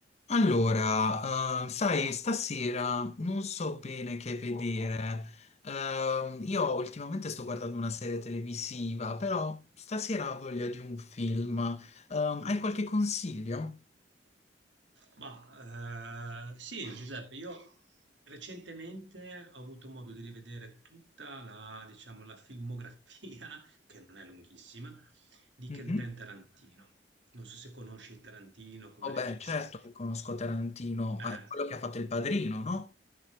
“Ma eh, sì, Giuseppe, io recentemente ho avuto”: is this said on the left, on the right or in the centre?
Right